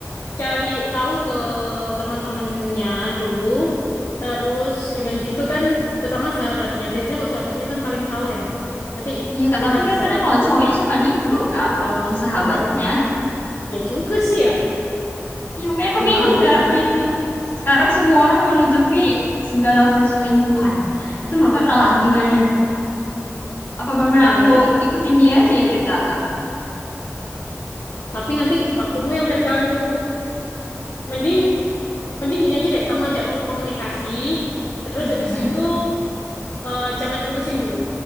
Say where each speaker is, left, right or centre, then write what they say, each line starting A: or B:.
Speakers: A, on the left (about 60°); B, on the left (about 45°).
A: Cari tahu ke teman-temannya dulu. Terus dengan gitu kan, terutama sahabatnya. Biasanya kalau sahabatnya kan paling tahu ya. Nanti
B: Iya kak,
A: kita
B: tapi
A: bisa
B: kan kadang kalau cowok ini suka nipu loh kak, walaupun sahabatnya.
A: ya juga sih ya.
B: Iya, makanya aku
A: Gimana
B: bingung, Kak.
A: ya?
B: Bingung. Sekarang semua orang menutupi segala perselingkuhan. Itu menurut kakak lah, gimana? Apa benar
A: Nah,
B: aku
A: ya itu.
B: ikutin dia aja ya dari belakang?
A: Tapi nanti waktumu yang terganggu. Mending mending gini aja deh, kamu ajak ngomong komunikasi. Terus
B: Mm-mm,
A: habis itu eh, jangan putusin dulu,